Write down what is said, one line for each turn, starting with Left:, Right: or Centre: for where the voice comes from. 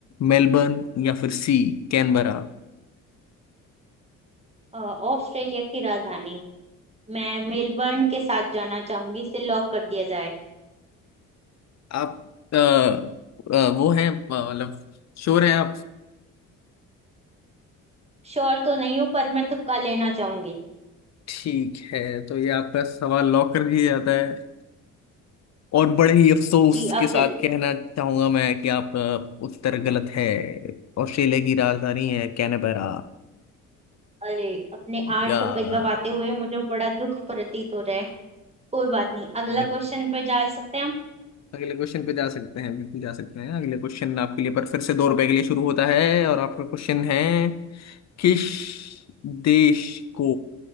Left: मेलबर्न या फिर सी कैनबरा
Right: अ, ऑस्ट्रेलिया की राजधानी मैं मेलबर्न के साथ जाना चाहूंगी इसे लॉक कर दिया जाए
Left: आप अ, अ, वो हैं अ, मतलब श्योर हैं आप
Right: श्योर तो नहीं हूँ पर मैं तुक्का लेना चाहूंगी
Left: ठीक है तो ये आपका सवाल लॉक कर दिया जाता है और बड़े ही अफसोस
Right: जी अब
Left: के साथ
Right: जल
Left: कहना चाहूंगा मैं कि आपका उत्तर गलत है ऑस्ट्रेलिया की राजधानी है कैनबरा
Right: अरे अपने आठ
Left: यार
Right: रुपए गवाते हुए मुझे बड़ा दुख प्रतीत हो रहा है कोई बात नहीं अगला
Left: तो इन-
Right: क्वेश्चन पे जा सकते हैं हम
Left: अगले क्वेश्चन पे जा सकते हैं बिल्कुल जा सकते हैं अगले क्वेश्चन आपके लिए पर फिर से दो रुपए के लिए शुरू होता है और आपका क्वेश्चन है किस देश को